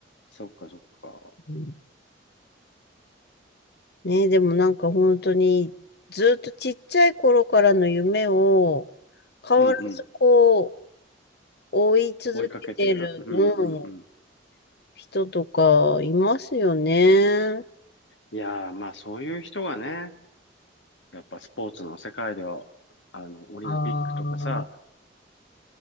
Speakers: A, on the left; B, on the left.
A: そっか、そっか。
B: うんねえ、でもなんか本当にずっとちっちゃい頃からの夢を変わらずこう
A: うん、うん。
B: 追い続けてる、
A: 追いかけてる。うん、
B: うん、
A: うん、うん。
B: 人とかいますよね。
A: いやー、まあそういう人がね、やっぱスポーツの世界では、あの、オリンピックとかさ、
B: ああ